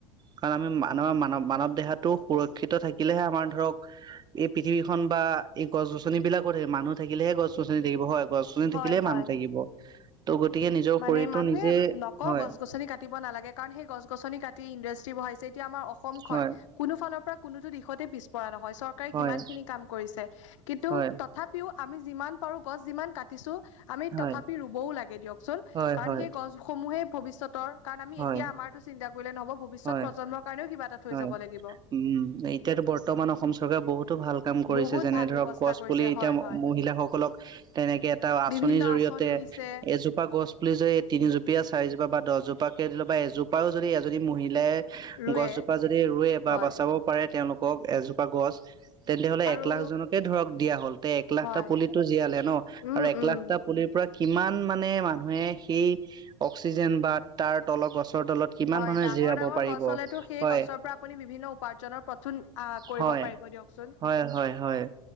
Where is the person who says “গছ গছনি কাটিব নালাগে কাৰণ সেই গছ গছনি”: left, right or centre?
Left